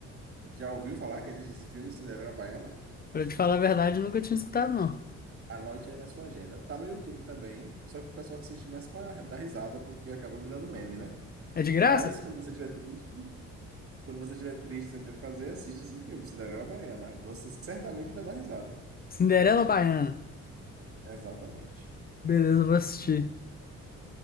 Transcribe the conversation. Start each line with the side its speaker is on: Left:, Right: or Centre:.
Right: Já ouviu falar que existe esse filme, Cinderela Baiana?
Left: Pra te falar a verdade, eu nunca tinha escutado, não.
Right: Anote aí na sua agenda. Tá no YouTube também, só que o pessoal assiste mais para dar risada, porque acabou virando meme, né?
Left: É de graça?
Right: Mas quando você estiver triste, quando você estiver triste sem ter o que fazer, assiste esse filme, Cinderela Baiana. Você certamente vai dar risada.
Left: Cinderela Baiana.
Right: Exatamente.
Left: Beleza, eu vou assistir.